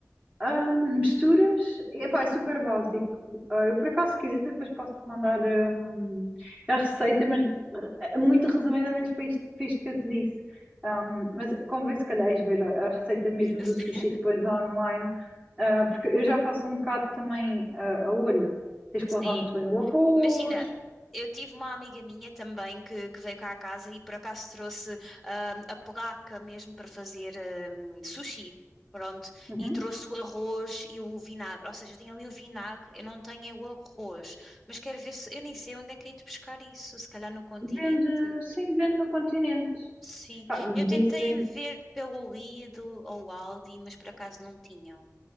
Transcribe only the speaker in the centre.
<laughs>
Sim.
Imagina, eu tive uma amiga minha também que, que veio cá à casa e por acaso trouxe ah, a placa mesmo para fazer ah, sushi. Pronto,
e trouxe o arroz e o vinagre. Ou seja, eu tenho ali o vinagre, eu não tenho é o arroz. Mas quero ver se. Eu nem sei onde é que hei de buscar isso. Se calhar no continente?
Sim.
Eu tentei
ver pelo Lidl ou Aldi, mas por acaso não tinham.